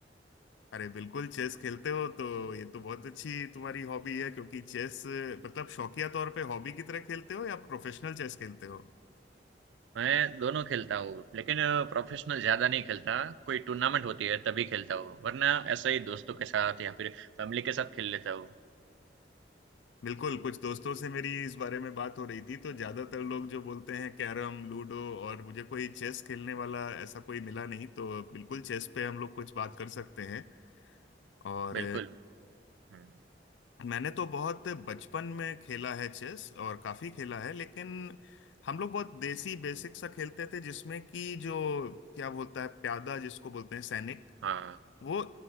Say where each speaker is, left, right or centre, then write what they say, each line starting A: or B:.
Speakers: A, on the left; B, on the right.
A: अरे बिल्कुल चेस खेलते हो तो ये तो बहुत अच्छी तुम्हारी हॉबी है क्योंकि चेस मतलब शौकिया तौर पे हॉबी की तरह खेलते हो या प्रोफेशनल चेस खेलते हो
B: मैं दोनों खेलता हूँ लेकिन प्रोफेशनल ज्यादा नहीं खेलता कोई टूर्नामेंट होती है तभी खेलता हूँ वरना ऐसे ही दोस्तों के साथ या फिर फैमिली के साथ खेल लेता हूँ
A: बिल्कुल कुछ दोस्तों से मेरी इस बारे में बात हो रही थी तो ज्यादातर लोग जो बोलते हैं कैरम लूडो और मुझे कोई चेस खेलने वाला ऐसा कोई मिला नहीं तो बिल्कुल चेस पे हम लोग कुछ बात कर सकते हैं और
B: बिल्कुल हम्म,
A: मैंने तो बहुत बचपन में खेला है चेस और काफी खेला है लेकिन हम लोग बहुत देसी बेसिक सा खेलते थे जिसमें कि जो क्या बोलता है प्यादा जिसको बोलते हैं सैनिक
B: हाँ
A: वो